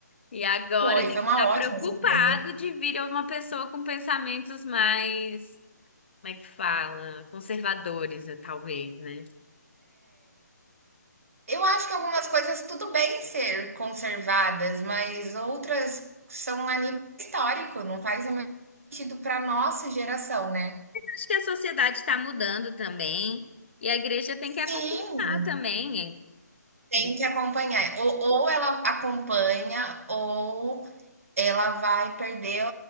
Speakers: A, on the left; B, on the right.
A: E agora
B: Foi,
A: a gente
B: foi uma
A: está
B: ótima
A: preocupado
B: surpresa.
A: de vir uma pessoa com pensamentos mais, como é que fala? Conservadores, eh, talvez, né?
B: Eu acho que algumas coisas tudo bem ser conservadas, mas outras são a nível histórico, não faz o mesmo sentido para nossa geração, né?
A: Acho que a sociedade está mudando também, e a igreja tem
B: Sim,
A: que acompanhar também,
B: Tem
A: eh,
B: que acompanhar. Ou, ou ela acompanha, ou ela vai perder